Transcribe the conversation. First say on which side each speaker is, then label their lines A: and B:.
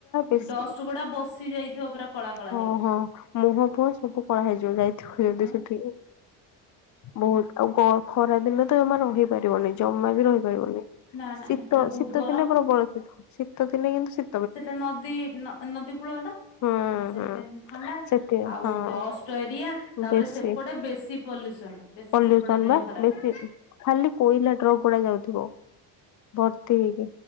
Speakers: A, on the left; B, on the left.
A: ବେଶୀ
B: ଡଷ୍ଟ ଗୁଡା ବସି ଯାଇଥିବ ପୁରା। କଳା କଳା
A: ହଁ
B: ହେଇକି।
A: ହଁ। ମୁହଁ ଫୁହଁ ସବୁ କଳା ହେଇଯିବ ଯାଇଥିବ ଯଦି
B: ହଁ
A: ସେଠିକି। ବହୁତ୍। ଆଉ ଗ ଖରା ଦିନେ ତ ଜମା ରହିପାରିବନି, ଜମା ବି ରହିପାରିବନି।
B: ନା ନା
A: ଶୀତ
B: ହେପଟେ ବହୁତ
A: ଶୀତ
B: ଗରମ
A: ଦିନେ ପ୍ରବଳ ଶୀତ। ଶୀତ ଦିନେ କିନ୍ତୁ ଶୀ
B: ସେଟା ନଦୀ ନ ନଦୀ କୂଳଟା।
A: ହୁଁ
B: ଆ ସେଇଥିପାଇଁ
A: ହୁଁ
B: ଥଣ୍ଡା।
A: ସେଠି
B: ଆଉ
A: ହଁ
B: ଡଷ୍ଟ ଏରିଆ। ତାପରେ
A: ବେଶୀ
B: ସେପଟେ ବେଶୀ ପଲ୍ୟୁସନ ବେଶୀ
A: ପଲ୍ୟୁସନ
B: ସେପଟେ ଦେହ
A: ବା
B: ଖରାପ।
A: ବେଶୀ। ଖାଲି କୋଇଲା ଟ୍ରକ୍ ଗୁଡା ଯାଉଥିବ। ଭର୍ତ୍ତି ହେଇକି।